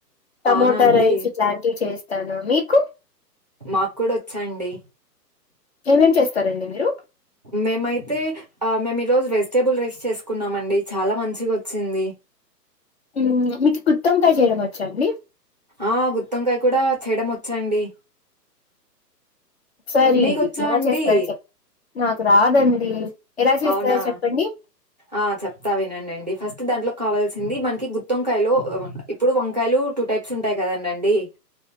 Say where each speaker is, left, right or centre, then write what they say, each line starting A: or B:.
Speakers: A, on the left; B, on the right.
A: టమోటా
B: అవునా అండి
A: రైస్ ఇట్లాంటివి చేస్తాను మీకు
B: మాక్ కూడా వచ్చండి
A: ఏమేం చేస్తారండి మీరు
B: మేమైతే ఆ మేము ఈరోజు వెజిటేబుల్ రైస్ చేసుకున్నాం అండి చాలా మంచిగా వచ్చింది
A: ఊ మీకు కుత్తంకాయ చేయడం వచ్చా అండి
B: ఆ గుత్తంకాయ కూడా చేయడం వచ్చాండి
A: సరి
B: మీకొచ్చా
A: ఎలా
B: అండి
A: చేస్తారో చెప్ నాకు రాదండి ఎలా చేస్తారో
B: అవునా
A: చెప్పండి
B: ఆ చెప్తా వినండండి ఫస్ట్ దాంట్లో మనకు కావాల్సింది మనకి గుత్తంకాయలు ఆ ఇప్ ఇప్పుడు వంకాయలు టూ టైప్స్ ఉంటాయి కదండండి